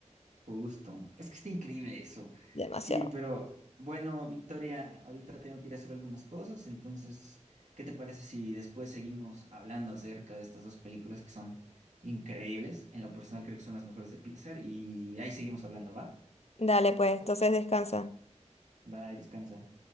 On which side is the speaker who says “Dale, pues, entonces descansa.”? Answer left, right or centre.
Left